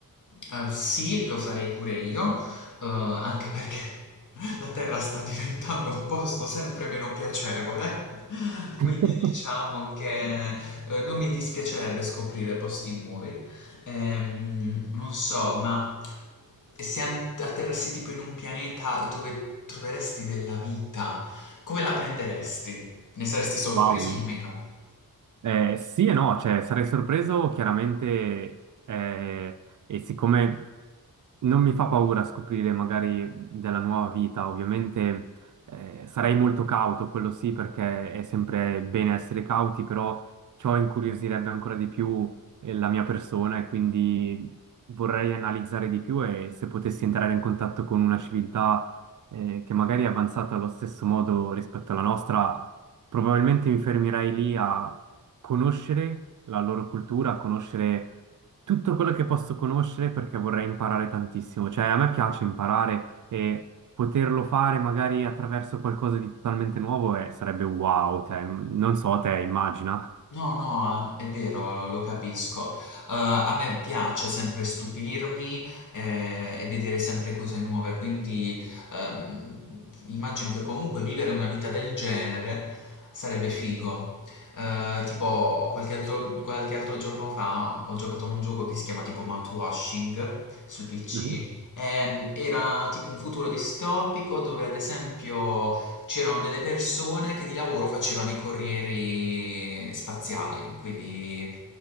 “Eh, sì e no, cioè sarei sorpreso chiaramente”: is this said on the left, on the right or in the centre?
Right